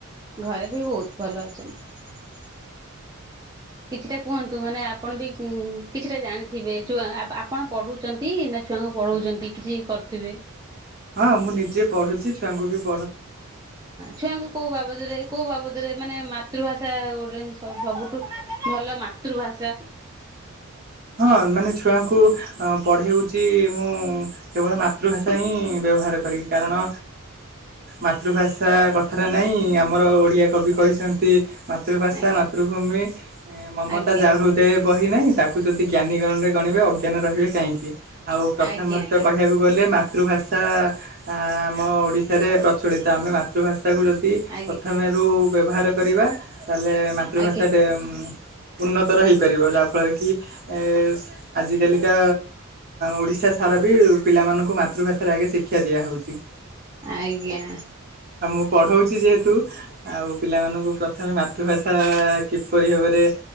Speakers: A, on the right (about 20°); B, on the right (about 45°).
A: ଘରେ ବି ବହୁତ ଭଲ ଅଛନ୍ତି। କିଛିଟା କୁହନ୍ତୁ ମାନେ ଆପଣ ବି କିଛିଟା ଜାଣିଥିବେ ଯୋଉ ଅପ୍ ଆପଣ ପଢୁଛନ୍ତି ନା ଛୁଆଙ୍କୁ ପଢଉଛନ୍ତି କିଛି କରୁଥିବେ।
B: ହଁ ମୁଁ ନିଜେ ପଢୁଛି ଛୁଆଙ୍କୁ ବି ପ
A: ଛୁଆଙ୍କୁ କୋଉ ବାବଦରେ କୋଉ ବାବଦରେ ରେ ମାନେ ମାତୃଭାଷା ଗୋଟେ ଯେମ ଶବ ସବୁଠୁ ଭଲ ମାତୃଭାଷା।
B: ହଁ ମାନେ ଛୁଆଙ୍କୁ ପଢଉଛି ମୁଁ କେବଳ ମାତୃଭାଷା ହିଁ ବ୍ୟବହାର କରିକି କାରଣ ମାତୃଭାଷା କଥଟା ନାହିଁ ଆମର ଓଡ଼ିଆ କବି କହିଛନ୍ତି। ମାତୃଭାଷା
A: ଆଜ୍ଞା
B: ମାତୃଭୂମି ମମତା
A: ଆଜ୍ଞା।
B: ଜାହୃଦୟେ ବହି ନାହିଁ। ତାକୁ ଯଦି ଜ୍ଞାନୀ ଗଣରେ ଗଣିବେ ଅଜ୍ଞାନ ରହିବେ କାହିଁକି। ଆଉ ପ୍ରଥମରେ
A: ଆଜ୍ଞା ଆଜ୍ଞା
B: ତ କହିବାକୁ ଗଲେ ମାତୃଭାଷା। ଆ ଆମ ଓଡିଶାରେ ପ୍ରଚଳିତ ଆମେ ମାତୃଭାଷା। ତାକୁ ଯଦି
A: ଆଜ୍ଞା
B: ପ୍ରଥମେରୁ। ବ୍ୟବହାର। କରିବା ତାହେଲେ ମାତୃଭାଷାଟେ
A: ଆଜ୍ଞା
B: ଉଁ। ଉନ୍ନତର ହେଇପାରିବ ଯାହାଫଳରେ କି ଏ ଆଜିକାଲିକା ଓଡ଼ିଶା ସାରା ବି ପିଲାମାନଙ୍କୁ ମାତୃଭାଷାରେ ଆଗେ ଶିକ୍ଷା ଦିଆହେଉଛି।
A: ଆଜ୍ଞା।
B: ଆଉ ମୁଁ ପଢ଼ଉଛି ଯେହେତୁ ଆଉ ପିଲାମାନଙ୍କୁ ପ୍ରଥମେ ମାତୃଭାଷା କିପରି ଭାବରେ